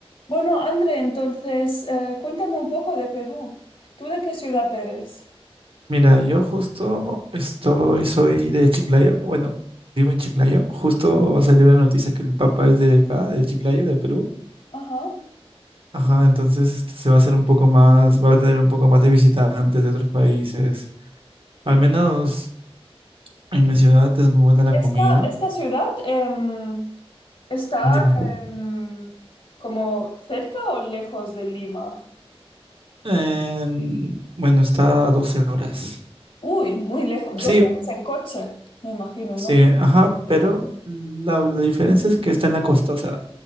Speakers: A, on the left; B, on the right.
A: Bueno, André, entonces, eh, cuéntame un poco de Perú. ¿Tú de qué ciudad eres?
B: Mira, yo justo estoy, soy de Chiclayo, bueno, vivo en Chiclayo, justo va a salir una noticia que el Papa es de acá, de Chiclayo, de Perú.
A: Ajá.
B: Ajá, entonces este, se va a hacer un poco más, va a tener un poco más de visitantes de otros países. Al menos en mi ciudad es muy buena la
A: Esta,
B: comida.
A: esta ciudad em, está
B: Dime.
A: em, como cerca o lejos de Lima?
B: En- bueno, está a 12 horas.
A: Uy, muy lejos.
B: Sí,
A: Dos horas en coche, me imagino,
B: sí,
A: ¿no?
B: ajá, pero la, la diferencia es que está en la costa, o sea,